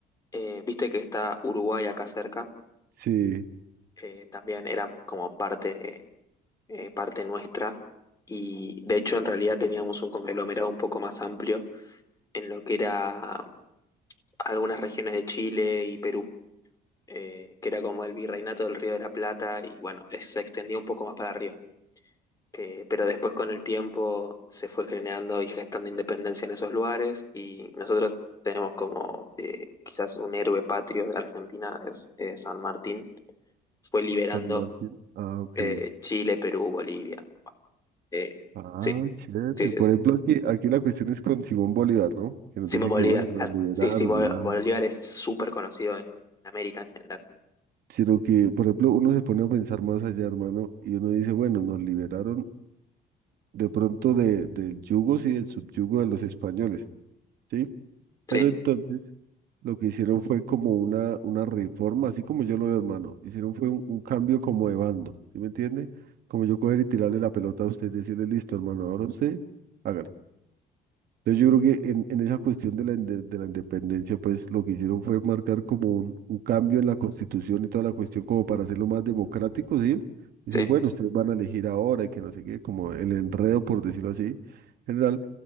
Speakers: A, on the left; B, on the right.
A: eh, viste que está Uruguay acá cerca,
B: Sí,
A: eh, también eran como parte, eh, parte nuestra y de hecho en realidad teníamos un conglomerado un poco más amplio en lo que era algunas regiones de Chile y Perú, eh, que era como el virreinato del Río de la Plata y bueno, se extendía un poco más para arriba. Eh, pero después con el tiempo se fue generando y gestando independencia en esos lugares y nosotros tenemos como eh, quizás un héroe patrio de Argentina, es eh, San Martín, fue liberando
B: San Martín. Ah, ok.
A: eh, Chile, Perú, Bolivia. Eh,
B: Ah,
A: sí,
B: chévere.
A: sí, sí,
B: Por
A: sí.
B: ejemplo aquí, aquí la cuestión es con Simón Bolívar, ¿no? Que nos
A: Simón
B: dice
A: Bolívar,
B: que bueno,
A: claro.
B: nos liberaron
A: Sí, sí, Bo-
B: el alma.
A: Bolívar es súper conocido en, en América en general.
B: Sino que, por ejemplo, uno se pone a pensar más allá, hermano, y uno dice, bueno, nos liberaron de pronto de, del yugo, sí, del subyugo de los españoles, ¿sí?
A: Sí,
B: Pero entonces lo que hicieron fue como una, una reforma, así como yo lo veo, hermano, hicieron fue un, un cambio como de bando, ¿sí me entiende? Como yo coger y tirarle la pelota a usted y decirle, listo, hermano, ahora usted, hágale. Entonces yo creo que en, en esa cuestión de la, inde- de la independencia, pues lo que hicieron fue marcar como un, un cambio en la constitución y toda la cuestión como para hacerlo más democrático, ¿sí? Decir,
A: sí,
B: bueno, ustedes van a elegir ahora y que no sé qué, como el enredo, por decirlo así, general,